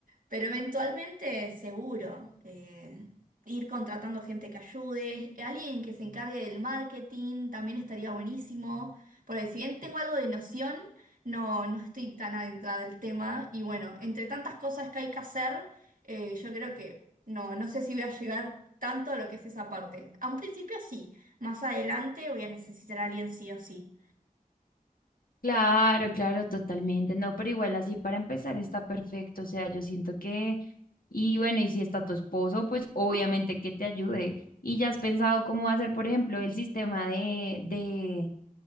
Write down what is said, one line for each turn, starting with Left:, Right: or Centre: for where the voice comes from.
Right: Pero eventualmente, seguro, eh, ir contratando gente que ayude, alguien que se encargue del marketing también estaría buenísimo, porque si bien tengo algo de noción, no, no estoy tan adentrada del tema y bueno, entre tantas cosas que hay que hacer, eh, yo creo que no, no sé si voy a llegar tanto a lo que es esa parte. A un principio sí, más adelante voy a necesitar a alguien sí o sí.
Left: Claro, claro, totalmente. No, pero igual así para empezar está perfecto. O sea, yo siento que, y bueno, y si está tu esposo, pues obviamente que te ayude. Y ya has pensado cómo hacer, por ejemplo, el sistema de, de,